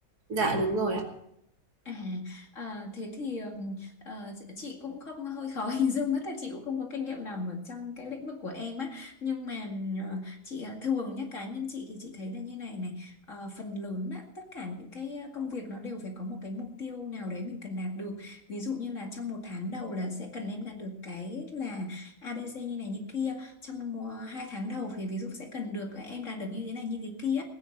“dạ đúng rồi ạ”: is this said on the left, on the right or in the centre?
Right